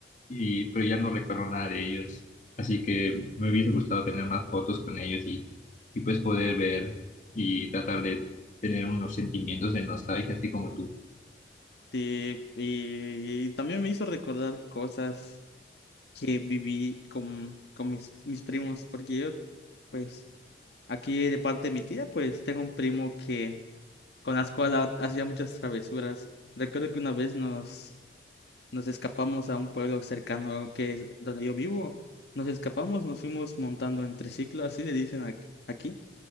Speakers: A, on the left; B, on the left.
A: y pero ya no recuerdo nada de ellos. Así que me hubiese gustado tener más fotos con ellos y, y pues poder ver y tratar de tener unos sentimientos de nostalgia, así como tú.
B: Sí, y y también me hizo recordar cosas que viví con, con mis, mis primos, porque yo, pues, aquí de parte de mi tía, pues, tengo un primo que, con las cual hacía muchas travesuras. Recuerdo que una vez nos, nos escapamos a un pueblo cercano que es donde yo vivo. Nos escapamos, nos fuimos montando en triciclo, así le dicen ac- aquí,